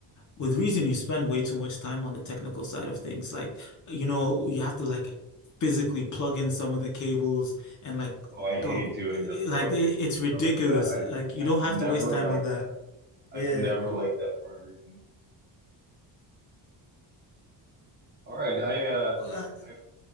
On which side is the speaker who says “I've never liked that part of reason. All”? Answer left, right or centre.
Right